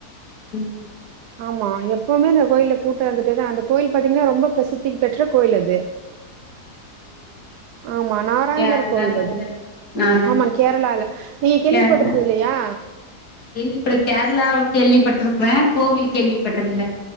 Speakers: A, on the left (about 75°); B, on the right (about 80°).
A: ம்
B: ஆமா எப்போவுமே அந்த கோயில்ல கூட்டொ இருந்துட்டே தா அந்த கோயில் பாத்தீங்கன்னா ரொம்ப பிரசித்தி பெற்ற கோயில் அது
A: ம்
B: ஆமா நா நாராயணர்
A: கேரளால
B: கோவில்
A: இருந்து
B: அது
A: நாராயண
B: ஆமா கேரளால நீங்க கேள்விப்பட்டுறது
A: கேரளா
B: இல்லையா
A: கேள்விப்ப கேரளாவ கேள்விப்பட்டிருக்குறே கோவில் கேள்விப்பட்டது இல்ல